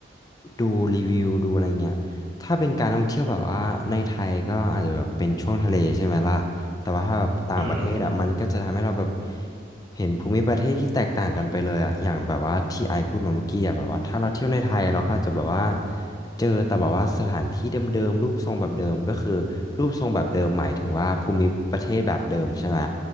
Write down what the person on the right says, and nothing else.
อืม